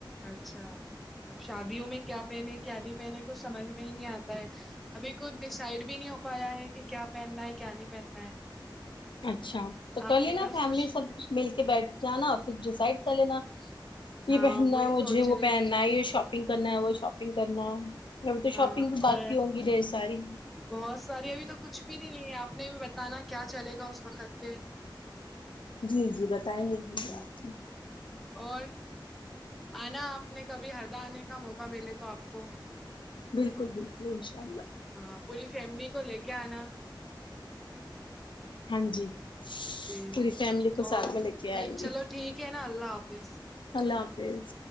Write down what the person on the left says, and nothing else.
اچھا تو کر
لینا
فیملی
سب مل کے بیٹھ جانا پھر ڈسائڈ کر لینا یہ
پہننا
ہے
مجھے
وہ پہننا
ہے یہ شاپنگ کرنا ہے وہ شاپنگ کرنا ہے ابھی تو
شاپنگ بھی باقی
ہوں گی ڈھیر ساری
جی جی بتائیں گے مجھے
آپ
بالکل بالکل انشاء اللہ
ہاں جی
پوری فیملی کو
ساتھ میں لے کے
آئیں گے
اللہ حافظ